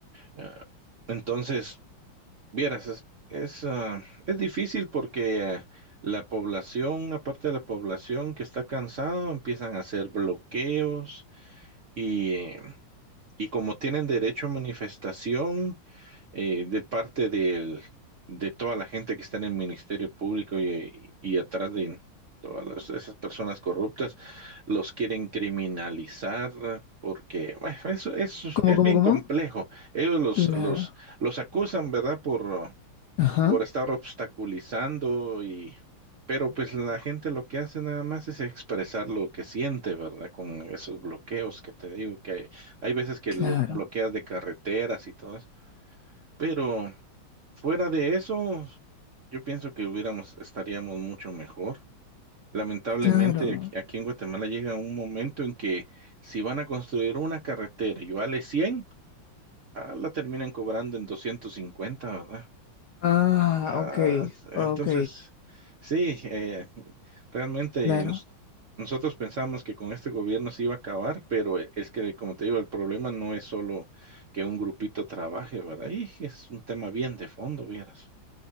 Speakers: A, on the right; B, on the left.
A: eh, entonces... Vieras, es, es, ah, es difícil porque eh, la población, una parte de la población que está cansado empiezan a hacer bloqueos y, eh, y como tienen derecho a manifestación eh, de parte del, de toda la gente que está en el Ministerio Público y, y atrás de todas las- esas personas corruptas, los quieren criminalizar. Porque, bueno, eso, eso
B: ¿Cómo,
A: es
B: cómo,
A: bien
B: cómo?
A: complejo. Ellos los,
B: Claro.
A: los, los acusan, ¿verdad? Por,
B: Ajá.
A: por estar obstaculizando y... Pero pues la gente lo que hace nada más es expresar lo que siente, ¿verdad? Con esos bloqueos que te digo que hay, hay veces que
B: Claro.
A: lo bloqueas de carreteras y todo eso. Pero fuera de eso, yo pienso que hubiéramos, estaríamos mucho mejor. Lamentablemente
B: Claro.
A: aquí, aquí en Guatemala llega un momento en que si van a construir una carretera y vale cien ah, la terminan cobrando en doscientos cincuenta ¿verdad?
B: Ah,
A: Ah,
B: ok.
A: entonces,
B: Ok.
A: sí, eh, realmente
B: Claro.
A: nos- nosotros pensamos que con este gobierno se iba a acabar, pero eh, es que, como te digo, el problema no es solo que un grupito trabaje, ¿verdad? Y es un tema bien de fondo, vieras.